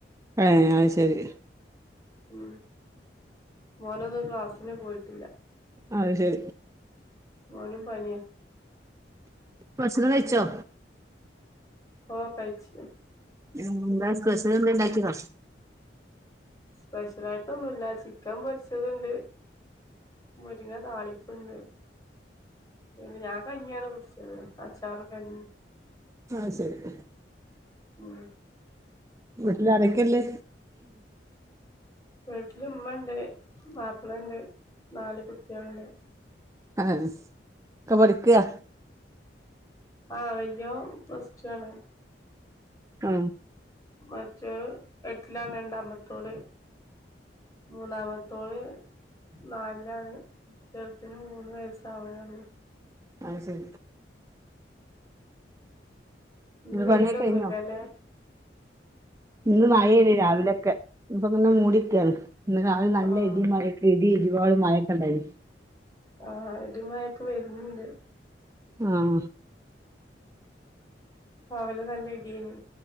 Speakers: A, on the right; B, on the left.
A: ഏ അത് ശരി
B: ഉം മോനൊന്നും ക്ലാസ്സിന് പോയിട്ടില്ല
A: അത് ശരി
B: മോനും പനിയ
A: ഭക്ഷണം കയിച്ചോ
B: ഓ കയിച്ചു
A: ഉ ബ <unintelligible> സ്പെഷ്യൽ ഒക്കെ ഉണ്ടാക്കിനോ
B: സ്പെഷ്യലായിട്ടൊന്നുല്ല ചിക്കൻ പൊരിച്ചത്ണ്ട് മുരിങ്ങ താളിപ്പ്ണ്ട് പിന്നെ ഞാൻ കഞ്ഞിയാണ് കുടിച്ചത് അച്ചാറും കഞ്ഞി
A: ആഹ് ശരി
B: ഉം
A: വീട്ടിലാരക്കല്ലേ
B: വീട്ടില് ഇമ്മണ്ട് മാപ്പളണ്ട് നാല് കുട്ടികളണ്ട്
A: അ ഒക്കെ പഠിക്കയാ
B: ആഹ വല്യ പ്ലസ്റ്റു ആണ്
A: ആഹ
B: മറ്റ എട്ടിലാണ് രണ്ടാമത്തോള് മൂന്നാമത്തേള് നാലിലാണ് ചെറത്തിന് മൂന്ന് വയസ്സാവണാ ഒള്ള്
A: അത് ശരി
B: ഇന്ന് വെയിലൊന്നുംല്ലല്ലെ
A: പണിയൊക്കെ കഴിഞ്ഞോ ഇന്ന് വായല് രാവിലൊക്കെ ഇപ്പ അങ്ങനെ മൂടിക്കാണ് ഇന്ന് നല്ല
B: ആഹ്
A: ഇടി മഴയൊക്കെ <unintelligible> ഒരുപള് മഴക്കണ്ടായി
B: ആഹ് ഇടി മഴയക്കെ വരന്ന്ണ്ട്
A: ആഹ
B: രവല നല്ല ഇടിയന്